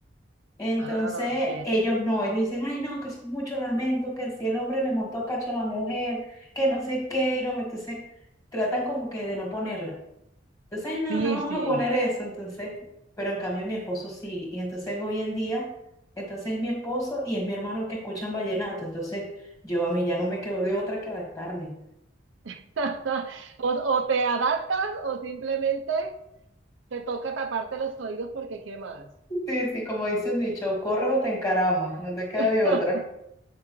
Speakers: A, on the left; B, on the right.
A: Entonces,
B: Ah, ok.
A: ellos no, ellos dicen, ay, no, que eso es mucho lamento, que si el hombre le montó cacho a la mujer, que no sé qué, y no, entonces tratan como que de no ponerla. Entonces, ay, no,
B: Sí,
A: no vamos
B: sí.
A: a poner eso, entonces, pero en cambio mi esposo sí, y entonces hoy en día, entonces es mi esposo y es mi hermano que escuchan vallenato, entonces yo a mí ya no me quedo de otra que adaptarme.
B: <laughs> O, o te adaptas o simplemente te toca taparte los oídos porque ¿qué más?
A: Sí, sí, como dice un dicho, corres o te encaramas, no te queda
B: <laughs>
A: de otra.